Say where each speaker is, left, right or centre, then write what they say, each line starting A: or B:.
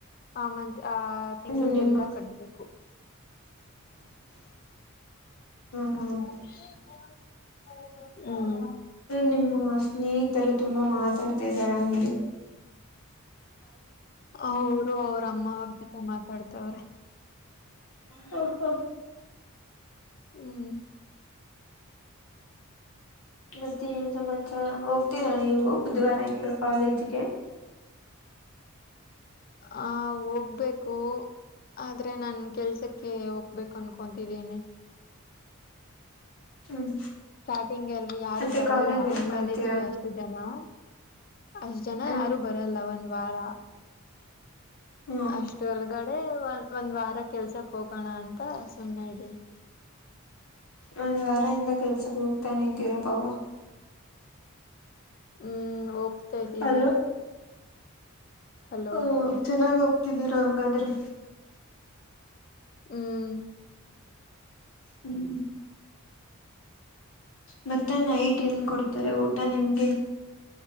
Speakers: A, on the left; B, on the left.
A: ಆ ಮಂತ್ ಆ
B: ಏನು
A: ತಿಂಗಲ್ದೆಲ್ಲ
B: ನಿಮ್ಮ
A: ಕಟ್ಬೇಕು ಹ್ಮ್
B: ಹ್ಮ ಹ್ಮ್ ನಿಮ್ಮ ಸ್ನೇಹಿತರು ತುಂಬಾ ಮಾತಾಡ್ತಾ ಇದಾರೆ ಒಂದು
A: ಅವರು ಅವ್ರ ಅಮ್ಮ ಅವ್ರ ಜೊತೆ ಮಾತಾಡ್ತವ್ರೆ
B: ಹ ಹ
A: ಹ್ಮ್
B: ಮತ್ತೆನ್ ಸಮಾಚಾರ ಹೋಗ್ತೀರಾ ನೀವು ಬುಧವಾರ ಇಿಂದ ಕಾಲೇಜ್ ಿಕೆ
A: ಆ ಹೋಗ್ಬೇಕು ಆದ್ರೆ ನನ್ ಕೆಲ್ಸಕ್ಕೆ ಹೋಗ್ಬೇಕು ಕನ್ಕೊಂತಿವೀನಿ
B: ಹ್ಮ್
A: ಸ್ಟಾರ್ಟಿಂಗ್ಗೆ ಎಲ್ ಯಾರು
B: ಮತ್ತೆ
A: ಬರಲ್ಲ
B: ಕಾಲೇಜ್ ಏನ್ ಮಾಡ್ತೀರಾ
A: ಕಾಲೇಜ್ಗೆ ಅಷ್ಟು ಜನ ಅಷ್ಟ ಜನ
B: ಹ್ಮ್
A: ಯಾರು ಬರಲ್ಲ ಒಂದ್ ವಾರ
B: ಹ್ಮ್
A: ಅಷ್ಟು ಒಳಗಡೆ ಅ ಒಂದ್ ವಾರ ಕೆಲ್ಸಕ್ ಹೋಗೋಣ ಅಂತ ಸುಮ್ಮ್ನೆ ಇದ್ದೀನಿ
B: ಒಂದು ವಾರ ಇಿಂದ ಕೆಲಸ ಹೋಗ್ತಾನೆ ಇದ್ದೀರಾ ಪಾವ
A: ಹ್ಮ್ ಹೋಗ್ತಾ ಇದ್ದೀವಿ
B: ಅ
A: ಹಲೋ
B: ಹ ಚೆನ್ನಾಗೋಗ ಹತಿದ್ದೀರಾ ಹಂಗಾದ್ರೆ
A: ಹ್ಮ್
B: ಹ್ಮ್ ಮತ್ತೆ ನೈಟ್ ಎಲ್ಲಿ ಕೊಡ್ತಾರೆ ಊಟ ನಿಮ್ಗೆ